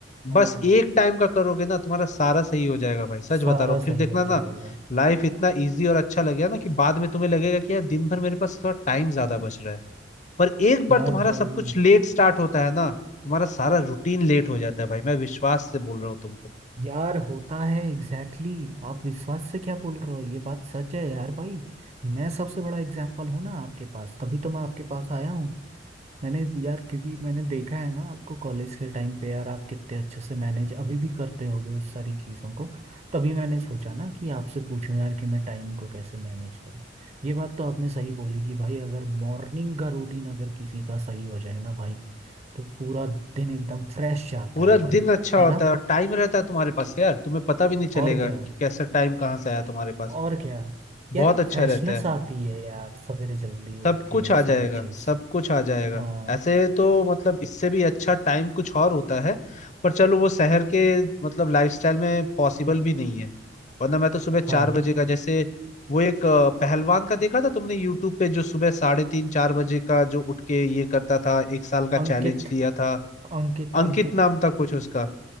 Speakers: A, on the right; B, on the left.
A: हाँ
B: बस एक टाइम का करोगे ना तुम्हारा सारा सही हो जाएगा भाई सच
A: सारा
B: बता रहा हूँ फिर
A: सही
B: देखना
A: हो
B: ना
A: जाएगा
B: लाइफ इतना इजी और अच्छा लगेगा ना कि बाद में तुम्हें लगेगा कि यार दिन भर मेरे पास थोड़ा टाइम ज्यादा बच रहा है पर एक बार
A: यार
B: तुम्हारा
A: वही
B: सब कुछ लेट स्टार्ट होता है ना तुम्हारा सारा रूटीन लेट हो जाता है भाई मैं विश्वास से बोल रहा हूँ तुमको
A: यार होता है एग्जैक्टली exactly. आप विश्वास से क्या बोल रहे हो ये बात सच है यार भाई मैं सबसे बड़ा एग्जाम्पल हूँ ना आपके पास तभी तो मैं आपके पास आया हूँ मैंने यार क्योंकि मैंने देखा है ना आपको कॉलेज के टाइम पे यार आप कितने अच्छे से मैनेज अभी भी करते होगे उस सारी चीज़ों को तभी मैंने सोचा ना कि आपसे पूछूं यार कि मैं टाइम को कैसे मैनेज करूं ये बात तो आपने सही बोली कि भाई अगर मॉर्निंग का रूटीन अगर किसी का सही हो जाए ना भाई तो पूरा दिन एकदम फ्रेश जाता
B: पूरा
A: है भाई
B: दिन अच्छा होता
A: है ना
B: है और टाइम रहता है तुम्हारे पास यार तुम्हें पता भी नहीं चलेगा
A: और क्या
B: कि कैसा टाइम कहाँ से आया तुम्हारे पास
A: और क्या यार
B: बहुत
A: एक
B: अच्छा
A: फ्रेशनेस
B: रहता है
A: आती है यार सवेरे जल्दी
B: सब
A: उठ
B: कुछ
A: के ये
B: आ
A: सारा
B: जाएगा
A: चीज़
B: सब कुछ आ जाएगा
A: हाँ
B: ऐसे तो मतलब इससे भी अच्छा टाइम कुछ और होता है पर चलो वो शहर के मतलब लाइफस्टाइल में पॉसिबल भी नहीं है वरना मैं तो सुबह चार
A: हाँ
B: बजे का जैसे वो एक अ, पहलवान का देखा था तुमने यूट्यूब पे जो सुबह साढ़े तीन चार बजे का जो उठ के ये करता था एक साल का चैलेंज
A: अंकित
B: लिया था
A: अंकित
B: अंकित
A: अंकित
B: नाम था कुछ उसका